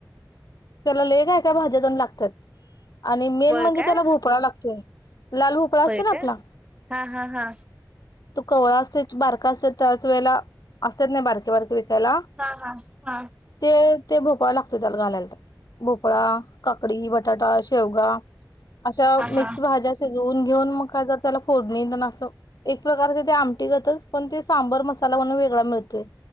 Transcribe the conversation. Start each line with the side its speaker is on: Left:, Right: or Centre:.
Left: त्याला लय काय काय भाज्या तेन लागत्यात. आणि मेन
Right: होय
Left: म्हणजे
Right: काय
Left: त्याला भोपळा लागतोय लाल भोपळा
Right: होय
Left: असतो ना
Right: काय
Left: आपला
Right: हा हा हा
Left: तो कवळा असतोय बारका असतोय त्याच वेळेला असत्यात नाही बारके बारके विकायला
Right: हां हां हा
Left: ते ते भोपळा लागतोय त्यात घालायला भोपळा, काकडी, बटाटा, शेवगा अशा
Right: हा हा
Left: मिक्स भाज्या शिजवून घेऊन म का जर त्याला फोडणी देऊन असं एक प्रकारचे ते आमटी गतच पण ते सांबर मसाला म्हणून वेगळा मिळतोय.